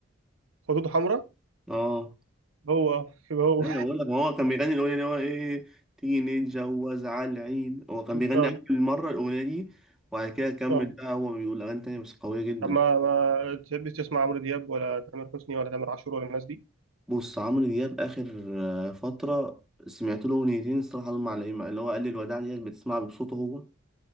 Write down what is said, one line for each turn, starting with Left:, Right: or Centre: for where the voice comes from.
Right: خدوده حمراء
Centre: اه
Right: هو هو
Centre: ايوه بقول لك ما هو كان بيغني الاغنيه اللي هو ايه تيجي نتجوز على العيد هو كان
Right: بالظبط
Centre: بيغني اول مره الاغنيه دي وبعد كده كمل
Right: اه
Centre: بقى هو بيقول اغاني تانية بس قويه جدا
Right: طب ما ما تحبش تسمع عمرو دياب ولا تامر حسني ولا تامر عاشور ولا الناس دي
Centre: بص عمرو دياب اخر آه، فتره سمعت له اغنيتين الصراحه دول معلقين معايا، اللي هو قال لي الوداع ديت بتسمعها بصوته هو